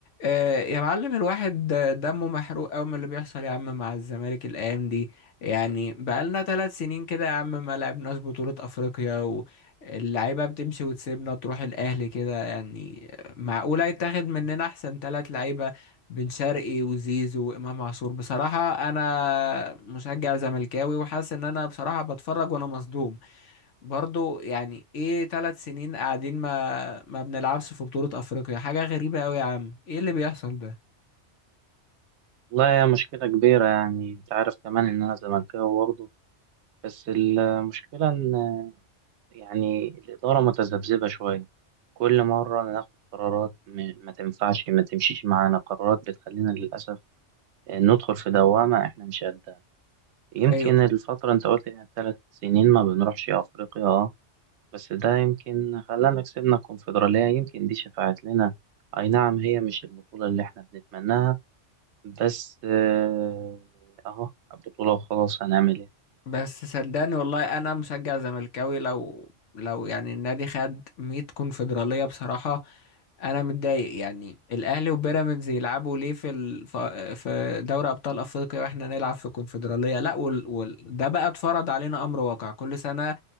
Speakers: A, on the left; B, on the right.
A: آه، يا معلم الواحد دمه محروق أوي من اللي بيحصل يا عم مع الزمالك الأيام دي يعني بقالنا ثلاث سنين كده يا عم ما لعبناش بطولة أفريقيا واللعيبة بتمشي وتسيبنا تروح الأهلي كده يعني معقولة يتاخد مننا أحسن ثلاث لعيبة بن شرقي وزيزو وإمام عاشور بصراحة أنا مشجع زملكاوي وحاسس إن أنا بصراحة بتفرج وأنا مصدوم برضو يعني ايه ثلاث سنين قاعدين ما ما بنلعبش في بطولة افريقيا حاجة غريبة قوي يا عم ايه اللي بيحصل ده
B: والله هي مشكلة كبيرة يعني أنت عارف كمان إن أنا زملكاوي برضه بس المشكلة إن يعني الإدارة متذبذبة شوية كل مرة ناخد قرارات م- ما تنفعش ما تمشيش معانا قرارات بتخلينا للأسف ندخل في دوامة إحنا مش قدها يمكن
A: ايوه
B: الفترة أنت قلت إنها ثلاث سنين ما بنروحش أفريقيا أه بس ده يمكن خلانا كسبنا الكونفدرالية يمكن دي شفعت لنا أي نعم هي مش البطولة اللي إحنا بنتمناها بس آه، اهو بطولة وخلاص هنعمل ايه
A: بس صدقني والله انا مشجع زملكاوي لو لو يعني النادي خد 100 كونفدرالية بصراحة انا متضايق يعني الاهلي وبيراميدز يلعبوا ليه في ال... ف- في دوري ابطال افريقيا واحنا نلعب في كونفدرالية لا وال... وال... ده بقى اتفرض علينا امر واقع كل سنة